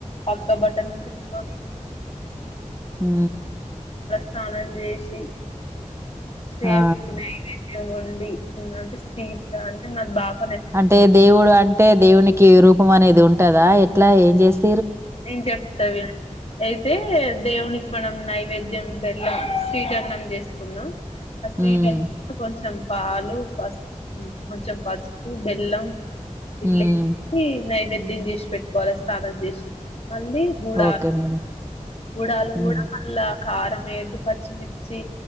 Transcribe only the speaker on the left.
అక్క బట్టలు ఉతుకొని
స్నాానం చేసిి దేవునీకి
నైవేద్యం ఉండి అంటే స్వీట్ అంటే మా బాబ
నేను చెప్తా వినండి అయితే దేవునికి మనం నైవేద్యం బెల్లం స్వీటన్నం చేసుకున్నాం ఆ స్వీట్
అ కొంచెం పాలు పసు కొంచెం పసుపు బెల్లం ఇట్లే
నైవేద్యం చేసి పెట్టుకోవాలి స్నానం చేసి మళ్ళీ గుడాలు
గుడాలు
కూడా మళ్ళా కారం ఎద్దు పచ్చిమిర్చి